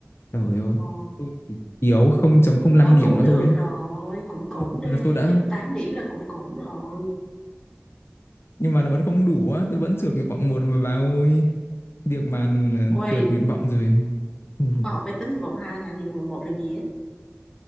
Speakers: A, on the left; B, on the left.
A: trời ơi
B: ờ,
A: tôi chỉ thiếu không chấm không năm
B: thôi
A: điểm
B: cũng
A: nữa
B: được
A: thôi á
B: rồi cũng cũng
A: ừ,
B: đi
A: là tôi đã
B: trên 8 điểm là cũng cũng rồi
A: nhưng mà nó vẫn không đủ á tôi vẫn trượt nguyện vọng một mà bà ơi việc mà ờ,
B: ôi
A: trượt nguyện vọng rồi ừ.
B: khoa học máy tính một vòng hai hả vậy vòng một là gì á